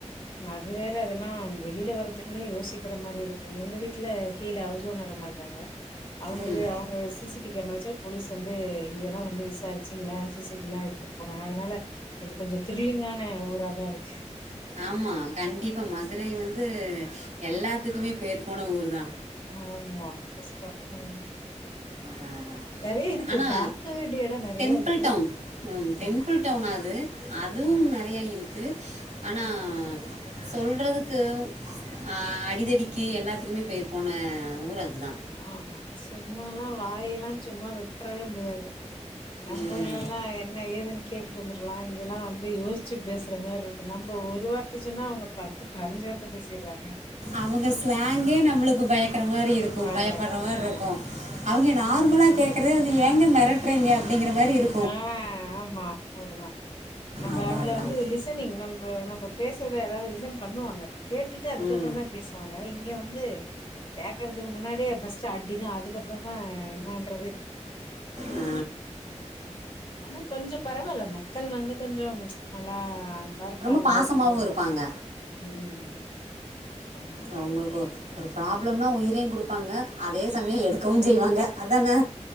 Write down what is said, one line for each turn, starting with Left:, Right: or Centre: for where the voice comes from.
Left: அது வேற அதெல்லா வெளில வர்றதுக்குனே யோசிக்க ற மாரி இருக்கு எங்க வீட்ல கீழ ஹவுஸ் ஓனர் அம்மா இருக்காங்க அவுங்க
Right: ம்
Left: அவுங்க சி சி டி கேமரா வெச்சா போலீஸ் வந்து இங்க எல்லா வந்து விசாரிச்சி இங்களா சி சி டி எல்லா எடுத்துப் போனாங்க அதனால இது கொஞ்சோ த்ரில்லிங்கான ஊராதா இருக்கு
Right: ஆமா கண்டிப்பா மதுரை வந்து எல்லாத்துக்குமே பேர் போன ஊருதா
Left: ஆமா கஷ்டோ ம்
Right: அ
Left: நெறைய இருக்கு
Right: ஆனா
Left: பாக்க வேண்டிய எடோ நெறைய
Right: டெம்பிள்
Left: இருக்கு
Right: டவுன் ம் டெம்பிள்
Left: ஆமா
Right: டவுனா அது அதுவும்
Left: அதா
Right: நெறையா இருக்கு ஆனா சொல்றதுக்கு ஆ அடிதடிக்கு எல்லாத்துக்குமே பேர் போன ஊர் அதுதா
Left: ஆமா சும்மா எல்லா வாயெல்லா சும்மா விட்டறவே முடியாது நம்பு
Right: ம்
Left: ஊர்லல்லா என்ன ஏதுன்னு கேட்டுட்டு வந்துர்லா இங்கல்லா வந்து யோசிச்சு பேசற மாரி இருக்கு நம்ம ஒரு வார்த்த சொன்னா அவுங்க ப த்து பதினஞ்சு வார்த்த பேசிர்றாங்க
Right: அவுங்க ஸ்லாங்கே நம்மளுக்கு பயக்கற மாரி இருக்கு
Left: பயங்கர
Right: பயப்படற
Left: ஆமா
Right: மாரி இருக்கு அவுங்க நார்மலா கேக்கறதே வந்து ஏங்க மிரட்டுறீங்க அப்டிங்கற மாரி இருக்கு
Left: ஆ ஆமா அப்டிதா நம்ம
Right: அதான்
Left: அங்க
Right: அதான்
Left: வந்து லிஸ் த்து நீங் நம்ப நம்ப பேசறத யாராவது லிஸன் பண்ணுவாங்க கேட்டுட்டு அதுக்கப்பறந்தா
Right: ம்
Left: பேசுவாங்க இங்க வந்து கேக்கறதுக்கு முன்னாடியே ஃபர்ஸ்ட் அடிதா அதுக்கப்பறந்தா என்னான்றது
Right: ஆ.
Left: ஆனா கொஞ்சம் பரவால மக்கள் வந்து கொஞ்சோ நல்லா நல்லா இருக்காங்க
Right: ரொம்ப பாசமாகவும்
Left: ஒரு இதுல இருக்காங்க
Right: இருப்பாங்க
Left: ம் ஆமா
Right: அவுங்களுக்கு ஒரு ப்ராப்ளம்னா உயிரையும் குடுப்பாங்க அதே சமயோ எடுக்கவுன் செய்வாங்க அதானே